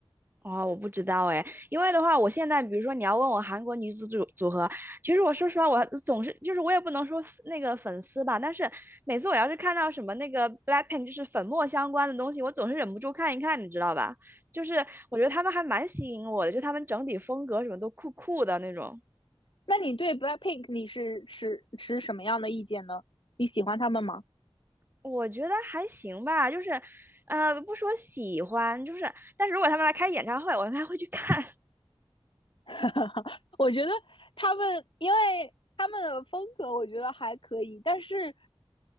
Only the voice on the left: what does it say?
那你对 BLACKPINK 你是持持什么样的意见呢？你喜欢他们吗？
<laughs> 我觉得他们，因为他们的风格我觉得还可以，但是